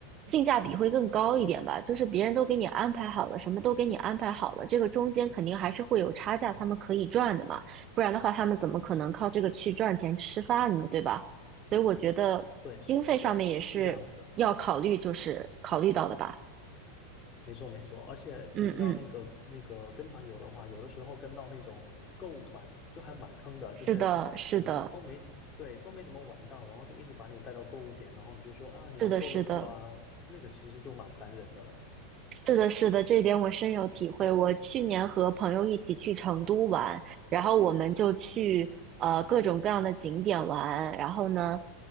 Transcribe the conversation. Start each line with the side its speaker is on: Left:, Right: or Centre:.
Right: 性价比会更高一点吧。就是别人都给你安排好了，什么都给你安排好了，这个中间肯定还是会有差价，他们可以赚的嘛，不然的话，他们怎么可能靠这个去赚钱吃饭呢，对吧？所以我觉得经费上面也是要考虑，
Left: 对，是，对，是这样子的，
Right: 就是考虑到的吧。
Left: 没错，没错。而且你知道那个那个跟团游的话，
Right: 嗯嗯，
Left: 有的时候跟到那种购物团就还蛮坑的，就是可能都没对都没怎么玩到，
Right: 是的，是的，
Left: 然后就一直把你带到购物点，然后你就说啊你要购个物啊，
Right: 是的，是的。
Left: 那个其实就蛮烦人的了。
Right: 是的，是的，这一点我深有体会。我去年和朋友一起去成都玩，然后我们就去呃各种各样的景点玩，然后呢，